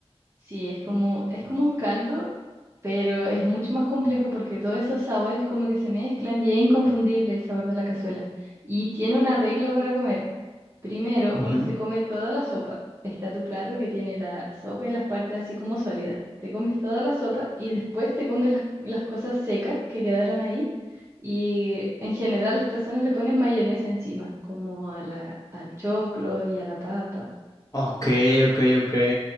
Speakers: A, on the right; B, on the left.
A: sí, es como, es como un caldo, pero es mucho más complejo porque todos esos sabores como que se mezclan y es inconfundible el sabor de la cazuela. Y tiene una regla para comer Primero,
B: Ujú.
A: uno se come toda la sopa. Está tu plato que tiene la sopa y las partes así como sólidas. Te comes toda la sopa y después te comes las, las cosas secas que quedaron ahí. Y en general las personas le ponen mayonesa encima, como a la, al choclo y a la papa.
B: Ok, ok, ok.